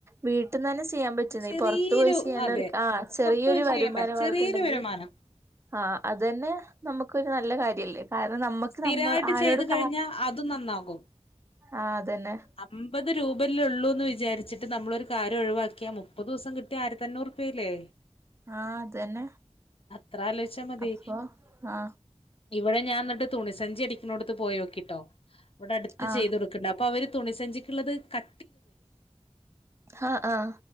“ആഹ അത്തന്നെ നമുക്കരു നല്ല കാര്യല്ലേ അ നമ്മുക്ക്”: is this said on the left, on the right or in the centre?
Right